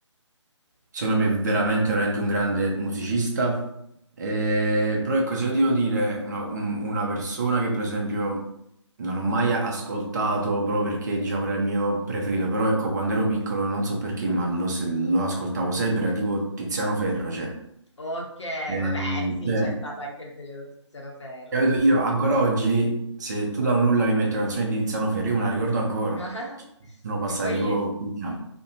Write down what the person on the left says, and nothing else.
Ok,
vabbè, sì,
c'è stato anche il periodo Tiziano Ferro.
<laughs>
Che poi,